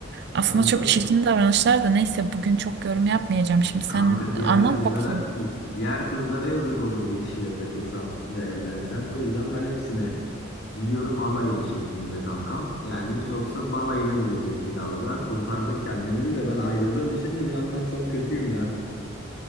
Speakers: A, on the right (about 55°); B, on the left (about 55°).
A: Aslında
B: Kanka
A: çok çirkin davranışlar da neyse bugün çok yorum yapmayacağım. Şimdi sen
B: Kanka diğer
A: anlat
B: kızlara
A: bakayım.
B: diğer kızlara yazık olur bir kişiyle takılsam ve evlensem. O yüzden ben hepsine gidiyorum alayına şeklinde kankam. Yani yoksa balayına gidecektik az daha. Kurtardık kendimizi de ben ayrıldığım için de bir yandan çok kötüyüm ya.